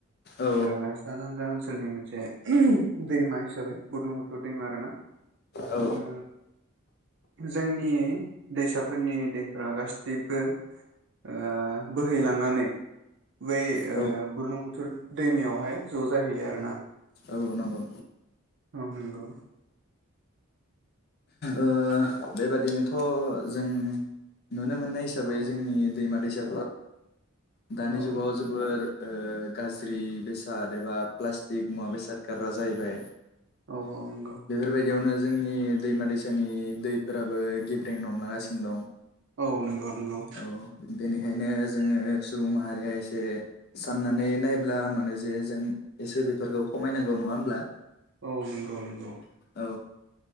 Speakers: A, on the left; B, on the right.
A: औ
B: ओ सासानजा ओनसो। ओनसोलनि मोनसे दैमा हिसाबै बुरलुंबुथुर दैमा आरो ना।
A: औ
B: ओ। जोंनि दैसाफोरनि दैफ्र गासैबो। ओ बोहैलांनानै। बै
A: औ
B: बुरलुं बुथुर दैमायावहाय ज जाहैयो आरोना।
A: औ नंगौ
B: औ नंगौ।
A: ओ बेबादिनोथ जों नुनो मोननाय हिसाबै
B: औ
A: जोंनि दैमा दैसा। <inaudible> दानि
B: औ
A: जुगाव जोबोर गाज्रि बेसाद एबा प्लास्टिक मुवा बेसाद गार्राग्रआ जाहैबाय
B: औ नंगौ
A: बेफोरबायदियावनो जोंनि दैमा दैसानि दै। फोराबो गेब्रें नमलांगासिनो दं।
B: औ नंगौ नंगौ।
A: औ बेनिखायनो जोङो सुबुं माहारिया एसे साननानै नायब्ला मोनो जे जों। एसे बेफोरखौ खमायनांगौ नङा होमब्ला।
B: औ नंगौ नंगौ।
A: औ